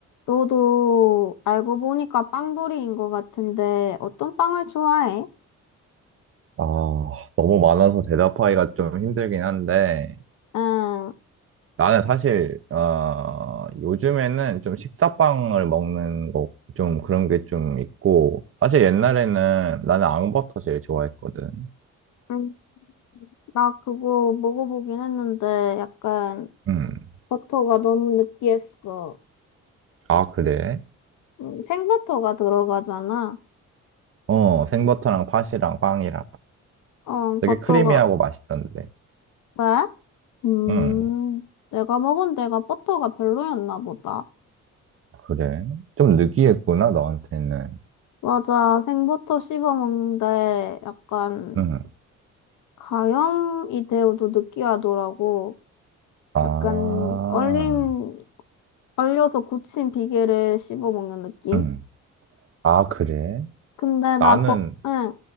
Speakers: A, on the left; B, on the right.
A: 너도 알고 보니까 빵돌이인 것 같은데 어떤 빵을 좋아해?
B: 아, 너무 많아서 대답하기가 좀 힘들긴 한데,
A: 응,
B: 나는 사실, 어, 요즘에는 좀 식사빵을 먹는 거, 좀 그런 게 좀 있고, 사실 옛날에는 나는 앙버터 제일 좋아했거든.
A: 응, 나 그거 먹어보긴 했는데 약간
B: 음.
A: 버터가 너무 느끼했어.
B: 아, 그래?
A: 음, 생버터가 들어가잖아.
B: 어, 생버터랑 팥이랑 빵이랑.
A: 어,
B: 되게
A: 버터가
B: 크리미하고 맛있던데.
A: 왜? 음,
B: 음,
A: 내가 먹은 데가 버터가 별로였나 보다.
B: 그래? 좀 느끼했구나, 너한테는.
A: 맞아, 생버터 씹어 먹는데 약간
B: 음.
A: 가염이 되어도 느끼하더라고.
B: 아,
A: 약간 얼림 얼려서 굳힌 비계를 씹어 먹는 느낌?
B: 음. 아, 그래?
A: 근데 나
B: 나는,
A: 버, 응,